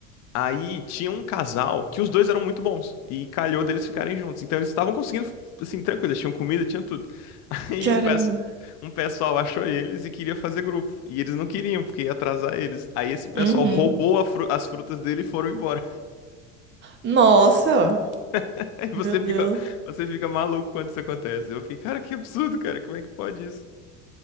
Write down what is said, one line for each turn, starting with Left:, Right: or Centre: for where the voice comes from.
Left: Aí tinha um casal que os dois eram muito bons e calhou deles ficarem juntos. Então eles estavam conseguindo, assim, tranquilo, eles tinham comida, tinham tudo. <laughs> E
Right: Caramba.
Left: um, peço- um pessoal achou eles e queria fazer grupo. E eles não queriam, porque ia atrasar eles. Aí esse pessoal
Right: Uhum.
Left: roubou a fru- as frutas dele e foram embora.
Right: Nossa.
Left: <laughs> Aí você
Right: Meu Deus.
Left: fica, você fica maluco quando isso acontece. Eu fiquei, cara, que absurdo, cara, como é que pode isso?